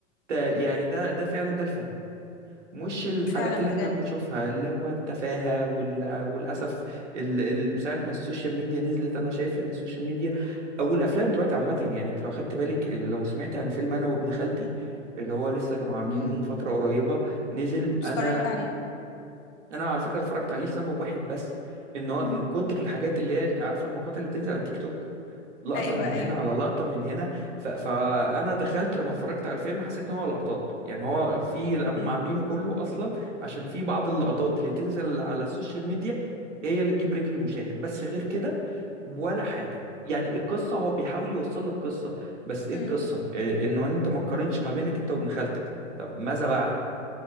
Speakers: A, on the right; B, on the left.
A: ده يعني ده ده فعلا ده الفن مش الحاجات
B: فعلا
A: اللي
B: بجد
A: احنا بنشوفها اللي هو التفاهة وال... والأسف ال... ال... من ساعة ما السوشيال ميديا نزلت أنا شايف إن السوشيال ميديا أو الأفلام دلوقتي عامة يعني أنت لو خدت بالك آه، لو سمعت عن فيلم أنا وابن خالتي اللي هو لسه كانوا عاملينه
B: امم
A: من فترة قريبة نزل
B: اتفرجت
A: أنا
B: عليه
A: أنا على فكرة اتفرجت عليه لسبب واحد بس إن هو
B: امم
A: من كتر الحاجات اللي هي عارفة المقاطع اللي بتنزل على التيك توك لقطة
B: ايوه
A: من
B: ايوه
A: هنا على لقطة من هنا ف... فأنا دخلت لما اتفرجت على الفيلم حسيت إن هو لقطات يعني هو في هم
B: امم
A: عاملينه كله أصلا عشان في بعض اللقطات اللي تنزل على السوشيال ميديا هي اللي تجيب رجل المشاهد بس غير كده ولا حاجة يعني القصة هو بيحاول يوصل لك قصة بس إيه
B: امم
A: القصة؟ إيه إنه أنت ما تقارنش ما بينك أنت وابن خالتك طب ماذا بعد؟